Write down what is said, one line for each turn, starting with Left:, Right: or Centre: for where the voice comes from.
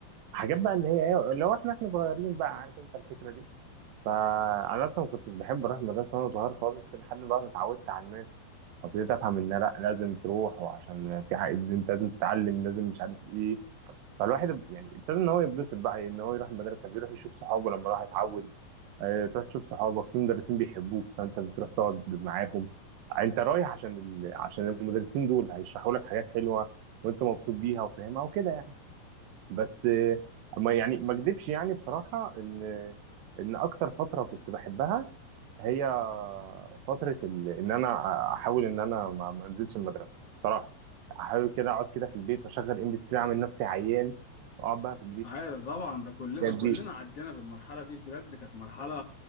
Right: حاجات بقى اللي هي ايه لو احنا احنا صغيرين بقى عارف انت الفكره دي فانا اصلا ما كنتش بحب اروح المدرسه وانا صغير خالص كده لحد بقى ما اتعودت على الناس وابتديت افهم ان لا لازم تروح وعشان في حاجه انت لازم تتعلم لازم مش عارف ايه فالواحد يعني ابتدى ان هو يتبسط بقى ان هو يروح المدرسه بيروح يشوف صحابه لما راح يتعود آه، تروح تشوف صحابك في مدرسين بيحبوك فانت بتروح تقعد معاهم انت رايح عشان ال... عشان المدرسين دول هيشرحوا لك حاجات حلوه وانت مبسوط بيها وفاهمها وكده يعني بس آه، ما يعني ما اكدبش يعني بصراحة ان ان اكتر فترة كنت بحبها هي فترة ال... ان انا احاول ان انا ما, ما انزلش المدرسة بصراحة احاول كده اقعد كده في البيت واشغل ام بي سي اعمل نفسي عيان واقعد بقى في
Left: ايوه طبعا ده كلنا
Right: البيت
Left: كلنا عدينا بالمرحله دي بجد كانت مرحله